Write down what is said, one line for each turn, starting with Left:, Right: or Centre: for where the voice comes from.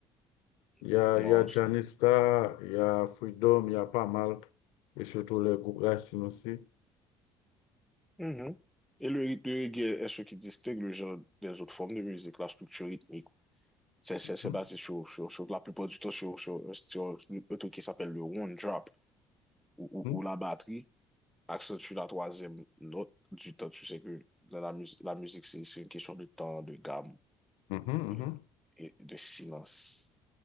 Left: Il y
Centre: Moi
Left: a, il y a
Centre: aussi.
Left: Janista, il y a Freedom, il y a pas mal, et surtout le groupe Racine aussi.
Centre: Mhm. Et le rythme de reggae est ce qui distingue le genre des autres formes de musique, la structure rythmique C'est c'est- c'est
Left: Mm,
Centre: basé sur, sur, sur- la plupart du temps sur, sur, sur un truc qui s'appelle le one drop, ou ou
Left: mm,
Centre: où la batterie accentue la troisième note du temps. Tu sais que dans la, mus- la musique, c'est c'est une question de temps, de gamme
Left: mhm, mhm.
Centre: et, et de silence.